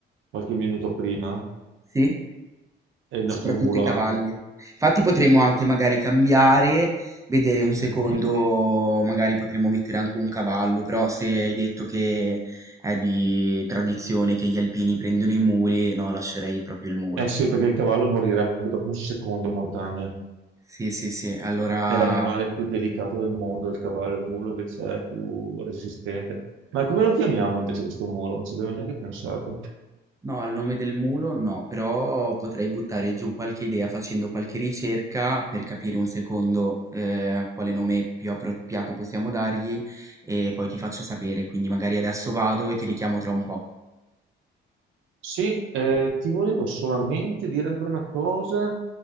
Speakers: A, on the right (about 80°); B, on the right (about 15°).
A: qualche minuto prima,
B: Sì?
A: e il
B: Soprattutto
A: nostro mulo
B: i cavalli.
A: anche.
B: Infatti potremmo anche magari cambiare, vedere un secondo,
A: Mhm.
B: magari potremmo mettere anche un cavallo, però se hai detto che è di tradizione che gli alpini prendono i muli, no, lascerei proprio il mulo.
A: Eh sì, perché il cavallo morirebbe dopo un secondo in montagna.
B: Sì, sì, sì. Allora,
A: È l'animale più delicato del mondo, il cavallo, il mulo invece è più resistente. Ma come lo chiamiamo invece questo mulo? Non ci avevo neanche pensato.
B: no, al nome del mulo no, però potrei buttare giù qualche idea facendo qualche ricerca per capire un secondo eh, quale nome più appropriato possiamo dargli e poi ti faccio sapere. Quindi magari adesso vado e ti richiamo tra un po'.
A: Sì, eh, ti volevo solamente dire ancora una cosa.